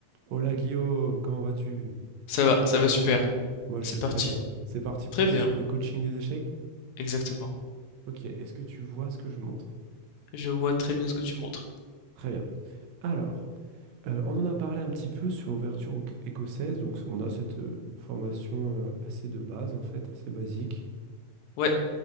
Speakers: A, on the right; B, on the left.
A: Hola Guillaume, comment vas-tu?
B: Ça va, ça va super.
A: Moi
B: C'est
A: je vais
B: parti.
A: très bien. C'est parti pour
B: Très
A: la
B: bien,
A: session de coaching des échecs.
B: exactement.
A: Ok, est-ce que tu vois ce que je montre?
B: Je vois très bien ce que tu montres.
A: Très bien. Alors, euh, on en a parlé un petit peu sur l'ouverture au- écossaise, donc on a cette euh, formation euh, assez de base en fait, assez basique.
B: Ouais,